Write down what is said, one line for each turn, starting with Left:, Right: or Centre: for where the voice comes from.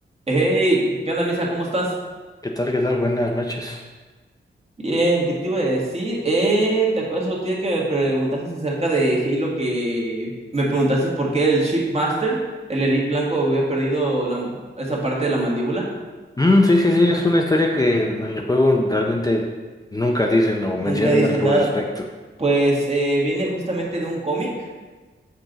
Right: Hey, ¿qué onda, Misa? ¿Cómo estás?
Left: ¿Qué tal? ¿Qué tal? Buenas noches.
Right: Bien, ¿qué te iba a decir? Eh, ¿te acuerdas otro día que me preguntaste acerca de Halo que me preguntaste por qué el Shipmaster, el Elite Blanco, había perdido la- esa parte de la mandíbula?
Left: Mm, sí, sí, sí, es una historia que en el juego realmente nunca dicen o mencionan
Right: Nunca dice
Left: algo
Right: nada.
Left: al respecto.
Right: Pues eh, viene justamente de un cómic